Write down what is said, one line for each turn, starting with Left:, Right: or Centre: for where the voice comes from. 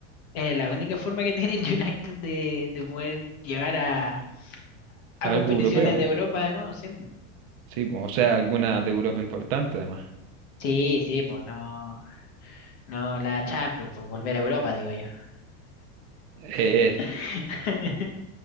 Left: es la única forma que tiene el <laughs> United de, de poder llegar a, a competiciones
Right: Algo europeo,
Left: de
Right: po.
Left: Europa de nuevo, sí.
Right: Sí, po, o sea, alguna de Europa importante además.
Left: Sí, sí, pues no, no la Champions, pues volver a Europa, digo yo.
Right: Eh,
Left: <laughs>